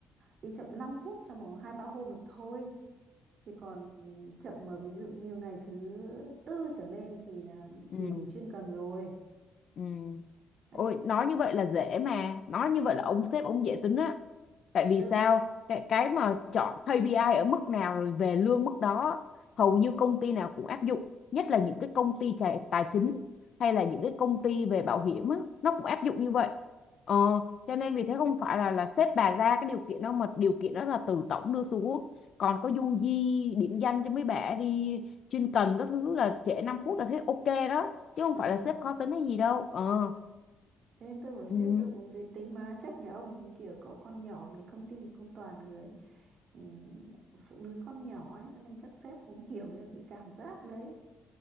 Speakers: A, on the right; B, on the left.
A: đi chậm 5 phút trong vòng hai ba hôm được thôi chứ còn ừ, chậm mà ví dụ như ngày thứ tư trở lên thì là bị
B: ừ
A: trừ điểm chuyên cần rồi
B: Ừ.
A: đấy
B: Ôi,
A: kiểu
B: nói
A: như
B: như vậy
A: thế.
B: là dễ mà nói như
A: Thế-
B: vậy là ông sếp ông dễ tính á tại vì
A: ừ
B: sao cái cái mà chọn KPI ở mức nào rồi về lương mức đó hầu như công ty nào cũng áp dụng nhất là những cái công ty tài, tài chính hay là những cái công ty về bảo hiểm á nó cũng áp dụng như vậy ờ, cho nên vì thế không phải là là sếp bà ra cái điều kiện đâu mà điều kiện đó là từ tổng đưa xuống còn có du di điểm danh cho mấy bả đi chuyên cần các thứ là trễ 5 phút là thế ok đó chứ không
A: Đúng
B: phải là
A: rồi.
B: sếp khó tính hay gì đâu ờ
A: Ờ, thế nên tôi bảo sếp
B: Ừ,
A: tôi cũng dễ tính mà chắc nhà ông cũng kiểu có con nhỏ mình công ty cũng toàn người ừ, phụ nữ con nhỏ ấy cho nên chắc sếp cũng hiểu ra cái cảm giác đấy